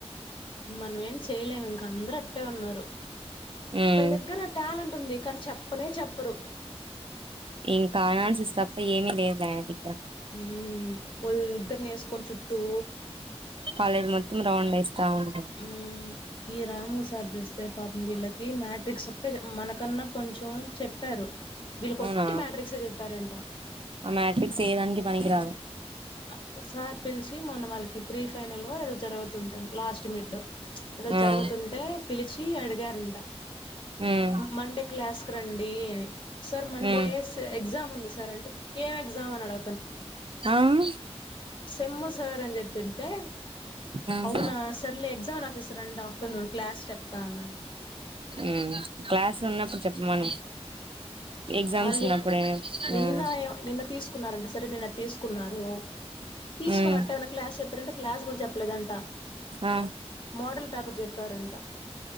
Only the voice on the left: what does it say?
మనం ఏం చేయలేం ఇంక అందరు అట్టే ఉన్నారు
మన దగ్గర టాలెంట్ టుంది కాని చెప్పునే చెప్పరు
మ్ ఒలిద్దర్నేస్కొని చుట్టూ
ఉం ఈ రాము సర్ జూస్తే పాపం వీళ్ళకి ఇ మ్యాట్రిక్స్ ఒక్టే మనకన్నా కొంచెం చెప్ ప్పారు వీళ్ళ కొట్టి
మట్రిక్సే జెప్పారంట
అ సార్ పిల్శి మన్న వాళ్ళ్కి ప్రీ ఫైనల్ లో ఏదో జరుగుతుంటుం లాస్ట్ మిడ్డొ ఏదో
జరుగుతుంటే పిలిచి అడిగారంట
మండే క్లాస్కి రండీ అని సర్ మండే
స్ ఎగ్జామ్ ఉంది సర్ అంటే ఏం ఎగ్జామ్ అని అడ
సమ్మ్ సర్ అన్ చెప్పింతే
అవునా సర్లే ఎగ్జామ్ రాసేస్ రండ్ ఆఫ్టర్నూన్ క్లాస్ చెప్తాన
మళ్ళీ
నిన్న నిన్న తీసుకున్నారంట సరే నిన్న తీసుకున్నారు తీసుకున్నట్ట్
ఏమనా క్లాస్ చెప్పారంటే క్లాస్ గుడ చెప్పలేదంట
మోడల్ పేపర్ జెప్పారంట